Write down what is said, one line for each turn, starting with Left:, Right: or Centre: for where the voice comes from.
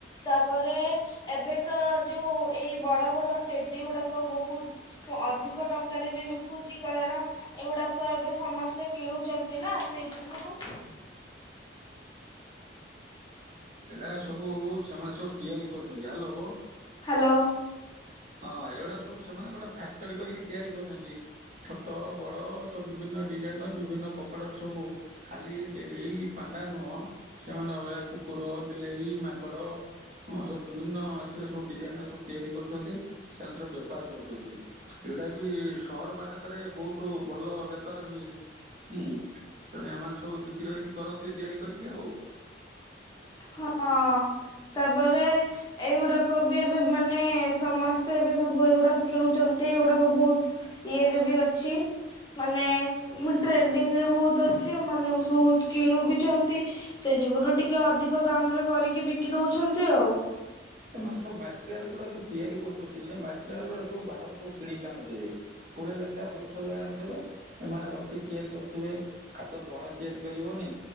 Left: ତାପରେ ଏବେ ତ ଯୋଉ ଏଇ ବଡ ବଡ ଟେଡି ଗୁଡ଼ାକ ବହୁତ୍ ମୁଁ ଅଧିକ ଟଙ୍କାରେ ବି ବିକୁଚି କାରଣ ଏଗୁଡାକ ଏବେ ସମସ୍ତେ କିଣୁଛନ୍ତି ନା ସେଇ ଯୋଗୁରୁ।
Right: ଏଡା ସବୁ ସେମାନେ ସବୁ ତିଆରି କରୁଚନ୍ତି ହ୍ୟାଲୋ
Left: ହ୍ୟାଲୋ।
Right: ହଁ ଏଗୁଡା ସବୁ ସେମାନେ ଗୋଟେ ଫ୍ୟାକ୍ଟରୀ କରିକି ତିଆରି କରୁଚନ୍ତି। ଛୋଟ ବଡ ସବୁ ବିଭିନ୍ନ ଡିଜାଇନ୍ ର ବିଭିନ୍ନ କପଡାର ସବୁ ଖାଲି ଏଇ ଟେ ଏଇ ପାଣ୍ଡା ନୁହଁ ସେମାନେ ଅଲଗା କୁକୁର ବିଲେଇ ମାଙ୍କଡ ହଁ ସବୁ ବିଭିନ୍ନ ଏଥିରେ ସବୁ ଡିଜାଇନର ସବୁ ତିଆରି କରୁଚନ୍ତି ସେମାନେ ସବୁ ବେପାର କରୁଚନ୍ତି। ଏଗୁଡା ବି ସହର ମାନଙ୍କରେ ବହୁତ ଭଲ ବେପାର ହୁଏ। ହୁଁ ତେଣୁ ଏମାନେ ସବୁ ବିକ୍ରି ବିକାରି କରନ୍ତିୁ ତିଆରି କରିକି ଆଉ। ହ <unintelligible>
Left: ହଁ ତାପରେ ଏଇଗୁଡାକ ବି ଏବେ ମାନେ ସମସ୍ତେ ଏବେ ସବୁ ଏଇଗୁଡାକ କିଣୁଛନ୍ତି ଏଇଗୁଡାକ ବହୁତ ଇଏରେ ବି ଅଛି ମାନେ ମୁଁ ଟ୍ରେଣ୍ଡିଙ୍ଗ ରେ ବହୁତ୍ ଅଛି ଏମାନେ ସବୁ ବହୁତ୍ କିଣୁ ବି ଚନ୍ତି। ସେଇ ଯୁଗୁରୁ ଟିକେ ଅଧିକ ଦାମ୍ ରେ କରିକି ବିକି ଦେଉଚନ୍ତି।
Right: ସେମାନେ ସବୁ ମଟେରିଆଲ ଗୁଡା ଯୋଉ ତିଆରି କରୁଚନ୍ତି ସେଇ ମଟେରିଆଲରା ସବୁ ବାହାରୁ ସବୁ କିଣିକି ଆଣୁଥିବେ। ପୁଳେ ଲେଖା ହୋଲସଲ୍ ରେ ଆଣୁଥିବେ। ଏମାନେ ରଖି ତିଆରି କରୁଥିବେ ଖାଦ୍ୟ ଜଣେ ତିଆରି କରିବନି